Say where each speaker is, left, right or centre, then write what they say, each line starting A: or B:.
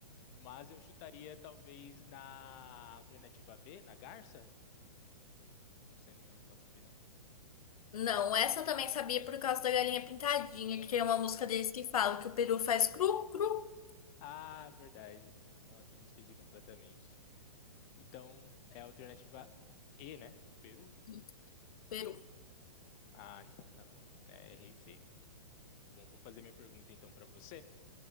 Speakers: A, on the left; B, on the left.
A: Mas eu chutaria talvez na alternativa B, na Garça, como sendo a minha resposta final.
B: Não, essa eu também sabia por causa da galinha pintadinha, que tem uma música deles que fala que o peru faz cru, cru.
A: Ah, verdade. Nossa, me esqueci completamente. Então, é a alternativa E, né? Peru?
B: Isso, peru.
A: Ah, então tá bom. É, errei feio. Bom, vou fazer minha pergunta então para você.